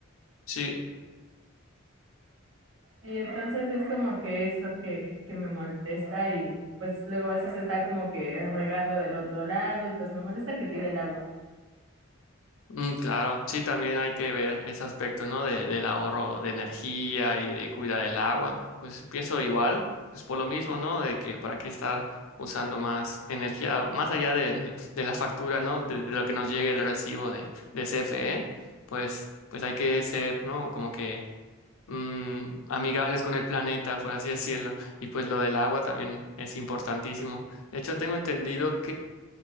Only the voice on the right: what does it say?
y entonces es como que eso que, que me molesta y pues luego a veces está como que regando del otro lado y pues me molesta que tire el agua.